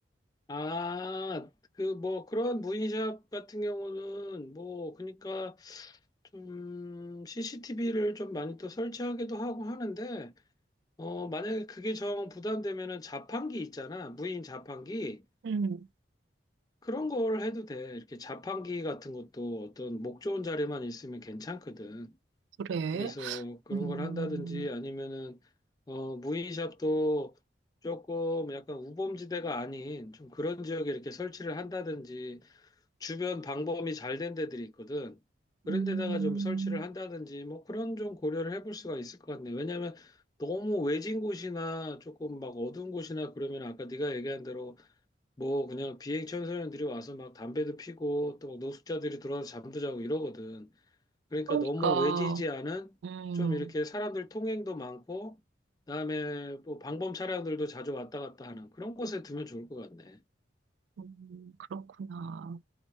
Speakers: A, on the left; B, on the right.
A: 아, 그 뭐 그런 무인샵 같은 경우는 뭐 그러니까 좀 CCTV를 좀 많이 또 설치하기도 하고 하는데 어 만약에 그게 정 부담되면은 자판기 있잖아. 무인 자판기.
B: 음,
A: 그런 걸 해도 돼. 이렇게 자판기 같은 것도 어떤 목 좋은 자리만 있으면 괜찮거든.
B: 그래.
A: 그래서 그런
B: 음,
A: 걸 한다든지 아니면은 어 무인샵도 조금 약간 우범지대가 아닌 좀 그런 지역에 이렇게 설치를 한다든지 주변 방범이 잘 된 데들이 있거든. 그런
B: 음,
A: 데다가 좀 설치를 한다든지 뭐 그런 좀 고려를 해볼 수가 있을 것 같네. 왜냐면 너무 외진 곳이나 조금 막 어두운 곳이나 그러면 아까 네가 얘기한 대로 뭐 그냥 비행 청소년들이 와서 막 담배도 피고 또 막 노숙자들이 들어와서 잠도 자고 이러거든. 그러니까
B: 그러니까,
A: 너무 외지지 않은
B: 음,
A: 좀 이렇게 사람들 통행도 많고 그다음에 뭐 방범 차량들도 자주 왔다 갔다 하는 그런 곳에 두면 좋을 것 같네.
B: 음, 그렇구나.